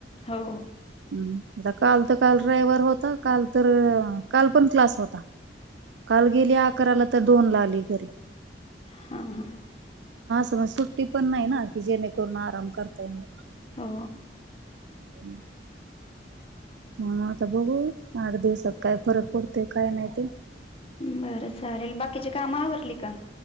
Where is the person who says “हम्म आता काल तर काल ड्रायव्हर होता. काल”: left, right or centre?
Right